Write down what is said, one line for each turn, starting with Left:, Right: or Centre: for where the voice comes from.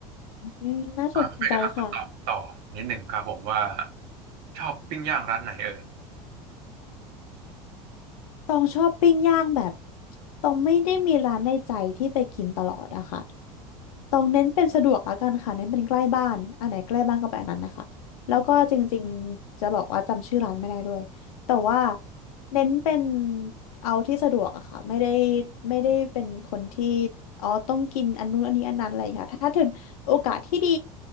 Left: อืมน่าสนใจค่ะ
Right: อ่าผมอยากจะถามคุณตองต่อนิดหนึ่งครับผมว่าชอบปิ้งย่างร้านไหนเอ่ย
Left: ตองชอบปิ้งย่างแบบตองไม่ได้มีร้านในใจที่ไปกินตลอดอะค่ะตองเน้นเป็นสะดวกแล้วกันค่ะเน้นเป็นใกล้บ้านอันไหนใกล้บ้านก็ไปอันนั้นนะคะแล้วก็จริงๆจะบอกว่าจำชื่อร้านไม่ได้ด้วยแต่ว่า
Right: อืม
Left: เน้นเป็นเอาที่สะดวกอะค่ะไม่ได้ไม่ได้เป็นคนที่อ๋อต้องกินอันนู้นอันนี้อันนั้นอะไรอย่างเงี้ยค่ะถ้าถึงโอกาสที่ดี